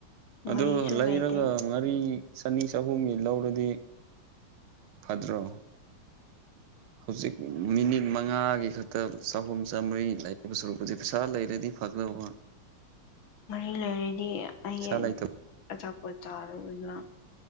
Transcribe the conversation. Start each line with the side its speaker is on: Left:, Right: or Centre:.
Left: ꯉꯥꯔꯤꯁꯨ
Right: ꯑꯗꯨ ꯂꯩꯔꯒ
Left: ꯂꯩꯇꯦ
Right: ꯉꯥꯔꯤ ꯆꯅꯤ ꯆꯍꯨꯝꯒꯤ ꯂꯧꯔꯗꯤ ꯐꯗ꯭ꯔꯣ ꯍꯧꯖꯤꯛ ꯃꯤꯅꯤꯠ ꯃꯉꯥꯒꯤ ꯈꯛꯇ ꯆꯍꯨꯝ ꯆꯥꯝꯃꯔꯤ ꯂꯩꯕ ꯁꯨꯔꯨꯄꯁ ꯄꯩꯁꯥ ꯂꯩꯔꯗꯤ ꯐꯒꯗꯕ
Left: ꯃꯔꯤ ꯂꯩꯔꯗꯤ ꯑꯩ
Right: ꯄꯩꯁꯥ ꯂꯩꯇꯕ
Left: ꯑꯆꯥꯄꯣꯠ ꯆꯥꯔꯗꯅ